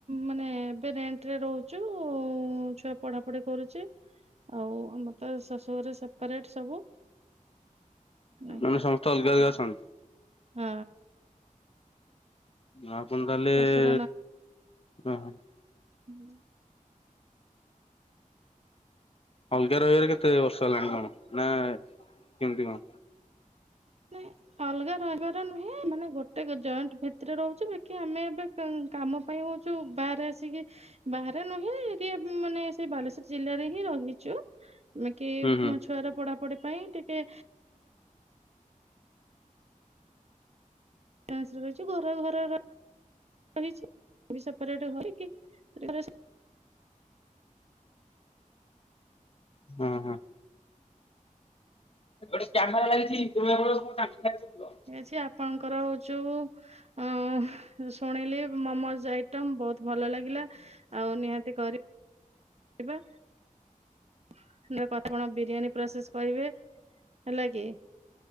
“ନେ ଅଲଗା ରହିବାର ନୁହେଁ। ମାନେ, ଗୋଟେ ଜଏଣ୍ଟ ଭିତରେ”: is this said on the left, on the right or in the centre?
Right